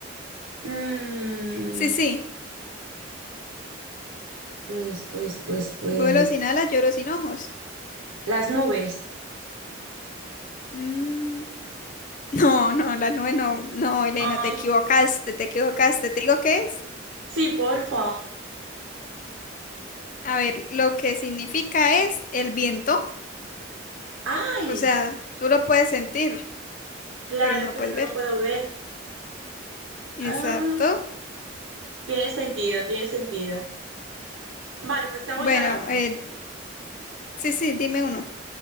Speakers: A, on the right; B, on the left.
A: Mm,
B: Sí, sí.
A: pues, pues, pues, pues.
B: Vuelo sin alas, lloro sin ojos.
A: Las nubes.
B: Mm, No, no, la nube no, no, Elena,
A: Ay,
B: te equivocaste, te equivocaste. ¿Te digo qué es?
A: sí, porfa.
B: A ver, lo que significa es el viento.
A: Ay,
B: O sea, tú lo puedes sentir,
A: claro,
B: pero no lo
A: pero
B: puedes
A: no
B: ver.
A: lo puedo ver. Ah,
B: Exacto.
A: tiene sentido, tiene sentido. Vale, pues te hago
B: Bueno,
A: yo ahora una.
B: eh, sí, sí, dime uno.